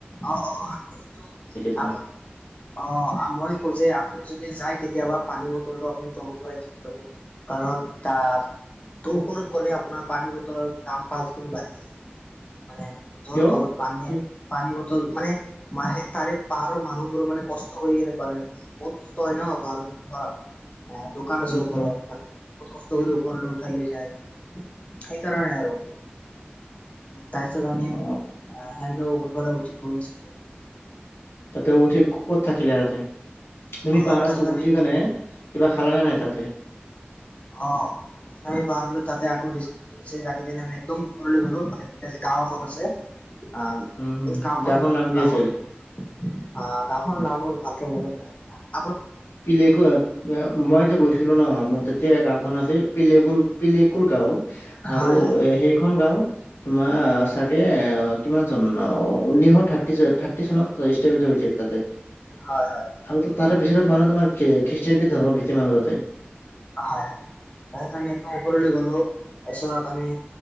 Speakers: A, on the left; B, on the left.
A: অ অ অ সেইটো
B: তোমাৰ
A: আপ অ মই কওঁ যে আপুনি যদি যায় কেতিয়াবা পানী বটলটো আপুনি তলৰ পৰাই কিনি লব কাৰণ তাত ত ওপৰত গ'লে আপোনাৰ পানী বটলৰ দাম পাঁচ গুণ বাঢ়ি যায় মানে য'ত
B: কিয়
A: তলত পানীয়ে
B: কি
A: পানী ব- <unintelligible> টল মানে মাহে তাৰে পাহাৰৰ মানুহবোৰোৰ মানে কষ্ট কৰি কেনে পা হে বহুত কষ্ট হয় ন পাহাৰত <unintelligible> বা দোকান আছে
B: উম
A: ওপৰত
B: হম
A: পানী বহুত কষ্ট কৰি ওপৰলৈ উঠাই লৈ যায় সেইকাৰণে আৰু তাৰপাছত আমি আ
B: অ
A: হেনডোৰ ওপৰ ফালে উঠি গৈছো <unintelligible>
B: তাতে উঠি ক'ত থাকিলে তাতে তুমি
A: অ
B: পাহাৰত
A: তাৰপিছত
B: উঠি
A: আমি
B: কেনে কিবা খালানে নাই তাতে <unintelligible>
A: অ আমি পাহাৰলো তাতে আকৌ <unintelligible> কেনে আমি একদম ওপৰলৈ গ'লো মানে গাঁওখন আছে <unintelligible> আহ
B: উম হম
A: এই গাঁওখন
B: গাঁওখনৰ
A: নাম
B: কি
A: গাওখনৰ
B: আছিল
A: আ গাওঁখনৰ নামোৰ ভাল <unintelligible> কে মনত নাই কা <unintelligible>
B: পিলে কুৱাপ মই যে গৈছিলো ন ম তাত <unintelligible> এতিয়া গাওখন আছিল পিলেকুল পিলেকুল গাওঁ আৰু
A: হয় হয় সেইটোৱে
B: এ সেইখন গাওঁ তোমাৰ চাগে অ কিমান চন অ ঊনৈছশ থাৰ্টি চেভেন থাৰ্টি চনত স্থাপিত হৈছিল তাতে
A: হয় হয়
B: আৰু তো তাৰে বেছিভাগ মানুহ তোমাৰ খ্ৰীষ্টানটি ধৰ্ম বেছি মানুহ যাতে <unintelligible>
A: হয় হয় তাৰপছত আমি একদম ওপৰলৈ গলো তাৰপিছত আমি